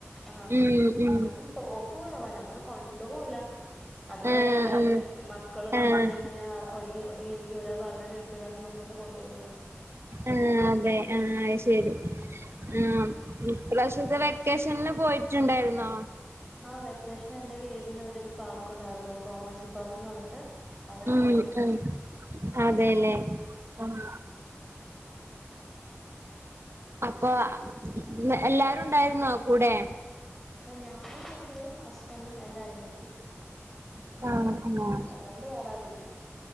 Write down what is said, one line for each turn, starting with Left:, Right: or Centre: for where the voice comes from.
Centre: ആഹ്
Right: മ്മ്ഹ്..
Centre: ഞാനും പോക്ക് കൊറവാ ഞങ്ങളെ കൊണ്ടൊവുല.. അത് വേറെ
Right: ആഹ്
Centre: കാര്യം
Right: ആഹ്
Centre: മക്കള്
Right: ആഹ്
Centre: അങ്ങനെ ങ്ങനെ ഓട്ങ്ങി.. രിക്കൂല പറഞ്ഞ കേക്കൂലാന്നു പറഞൊണ്ട്. കൊണ്ടൊവുല..
Right: ആഹ് അതെ ആയ് ശരി..
Centre: ഉം
Right: ആം ഇപ്രാവശ്യത്തെ വെക്കേശല് പോയിട്ടുണ്ടായിരുന്നോ..
Centre: ആഹ് വെക്കേഷന് എന്റെ വീടിന്റെ അവടൊരു പാർക്ക്ണ്ടായിരുന്നു കോമാച്ചി പാർക്ക്ന്ന് പറഞ്ഞിട്ട്.. അവിടെ പോയിട്ടുണ്ട്
Right: മ് ഹ്. അതെലേ.. ആഹ്.. അപ്പൊ. അ എല്ലാരും ഉണ്ടായിരുന്നോ കൂടെ..
Centre: ഞാനും പിള്ളേരും അസ്ബൻഡും എന്റെ അനിയത്തി..
Right: പ്പാ ആ ഹ്
Centre: അല്ലാണ്ട് വേറെ ആരുല്ല